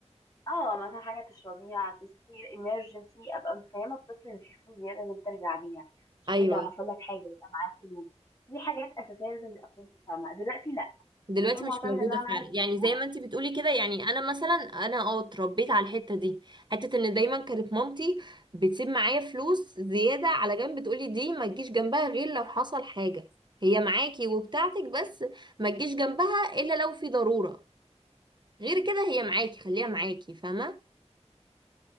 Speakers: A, on the left; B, on the right.
A: اه مثلا حاجة تشربيها تسير emergency ابقى مفهمة الطفل ان في فلوس زيادة لازم ترجع بيها عشان
B: ايوه
A: انت لو حصل لك حاجة يبقى معاك فلوس دي حاجات اساسية لازم الاطفال تفهمها دلوقتي لا
B: دلوقتي
A: الاطفال
B: مش
A: معتمدة
B: موجودة
A: ان انا
B: فعلا
A: معايا تليفون
B: يعني زي ما انتي بتقولي كده يعني انا مثلا انا اه اتربيت على الحتة دي حتة ان دايما كانت مامتي بتسيب معايا فلوس زيادة على جنب تقولي دي ما تجيش جنبها غير لو حصل حاجة هي معاكي وبتاعتك بس ما تجيش جنبها الا لو في ضرورة غير كده هي معاكي خليها معاكي فاهمة